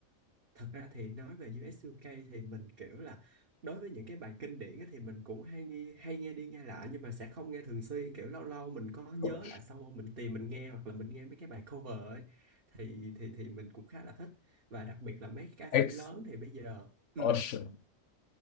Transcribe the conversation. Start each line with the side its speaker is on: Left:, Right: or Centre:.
Right: thật ra thì nói về US UK thì mình kiểu là đối với những cái bài kinh điển á thì mình cũng hay nghe hay nghe đi nghe lại nhưng mà sẽ không nghe thường xuyên kiểu lâu lâu mình có nhớ
Left: Của
Right: lại xong rồi mình tìm mình nghe hoặc là mình nghe mấy cái bài cover ấy thì thì thì mình cũng khá là thích và đặc biệt là mấy ca sĩ
Left: X
Right: lớn thì bây giờ ừ
Left: Ocean